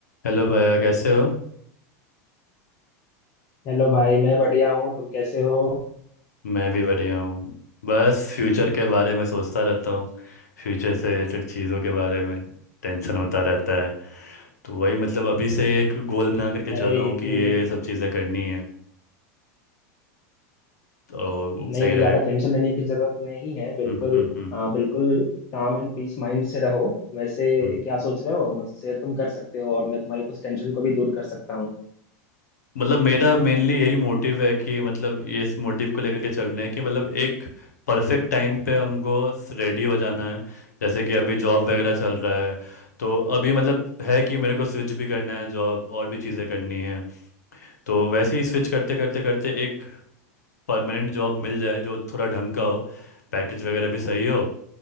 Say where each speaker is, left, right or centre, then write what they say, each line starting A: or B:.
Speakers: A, on the left; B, on the left.
A: Hello भैया कैसे हो
B: Hello भाई मैं बढ़िया हूँ तुम कैसे हो
A: मैं भी बढ़िया हूँ बस फ्यूचर के बारे में सोचता रहता हूँ फ्यूचर से रिलेटेड चीज़ों के बारे में टेंशन होता रहता है तो वही मतलब अभी से ही एक गोल बना करके
B: अरे
A: चल रहा हूँ
B: इतनी
A: कि ये ये सब चीज़ें करनी है तो
B: नहीं
A: सही
B: नहीं
A: रहेगा
B: ज़्यादा टेंशन लेने की ज़रूरत नहीं है बिल्कुल
A: हम्म हम्म हम्म
B: हाँ बिल्कुल काम एंड पीस माइंड से रहो वैसे
A: हम्म।
B: क्या सोच रहे हो मुझसे शेयर तुम कर सकते हो और मैं तुम्हारी कुछ टेंशन को भी दूर कर सकता हूँ
A: मतलब मेरा मेनली यही मोटिव है कि मतलब ये इस मोटिव को लेकर के चल रहे हैं कि मतलब एक परफेक्ट टाइम पे हमको रेडी हो जाना है जैसे कि अभी जॉब वगैरह चल रहा है तो अभी मतलब है कि मेरे को स्विच भी करना है जॉब और भी चीज़ें करनी है तो वैसे ही स्विच करते करते करते एक परमानेंट जॉब मिल जाए जो थोड़ा ढंग का हो पैकेज वगैरह भी सही हो